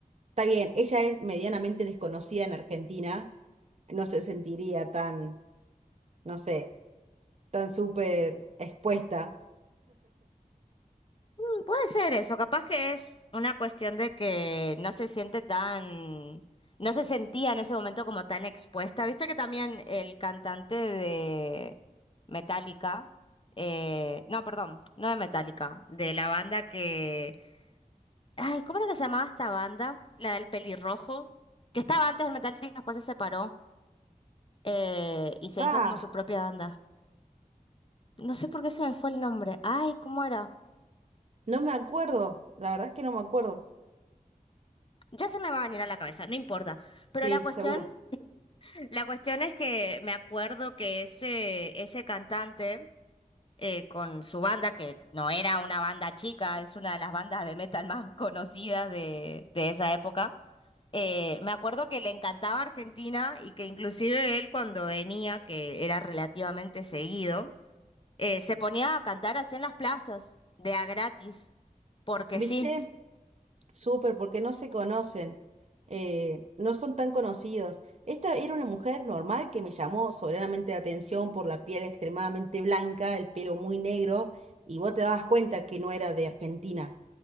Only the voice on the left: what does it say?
Mm, puede ser eso, capaz que es una cuestión de que no se siente tan... No se sentía en ese momento como tan expuesta. Viste que también el cantante de Metallica... eh, No, perdón, no de Metallica, de la banda que Ay, ¿cómo era que se llamaba esta banda? La del pelirrojo, que estaba antes del Metallica, después se separó eh, y se
hizo como su propia banda. No sé por qué se me fue el nombre. Ay, ¿cómo era?
Ya se me va a venir a la cabeza, no importa.
Pero la cuestión,
la cuestión es que me acuerdo que ese, ese cantante eh, con su banda, que no era una banda chica, es una de las bandas de metal más conocidas de, de esa época Eh, me acuerdo que le encantaba Argentina y que inclusive él cuando venía, que era relativamente seguido, eh, se ponía a cantar así en las plazas, de a gratis, porque
sí.